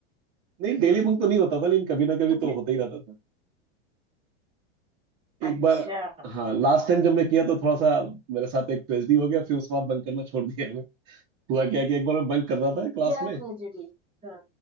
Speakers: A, on the right; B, on the right.
A: नहीं डेली बंक तो नहीं होता था लेकिन कभी ना कभी
B: तो फिर
A: तो होता ही रहता था एक
B: अच्छा
A: बार हाँ लास्ट टाइम जब मैं किया तो थोड़ा सा मेरे साथ एक ट्रेजेडी हो गया फिर उसके बाद बंक करना छोड़ दिया मैं हुआ क्या कि एक बार मैं बंक कर रहा था क्लास
B: क्या
A: में
B: ट्रेजेडी हाँ